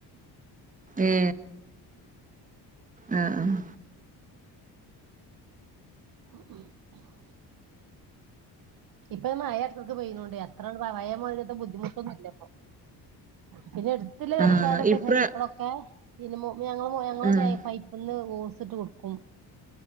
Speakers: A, on the right; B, on the right.
A: ഏ ആഹ ആഹ
B: ഉ ഇപ്പൊയാ മഴ ക്ക് പെണ്ട് എത്രയ ബുദ്ധിമുട്ടൊന്നും ഇല്ലപ്പൊ പിന്നെ എടുത്തത ചർക്കാരൊക്കെ
A: ആഹ് ഇപ്ര
B: ശരി ഇപ്പഴൊക്കെ ഇമോ <unintelligible> ഞ ഞങ്ങളുടെ
A: ആഹ്
B: പൈപ്പന്ന് കൊടുക്കുംട്ട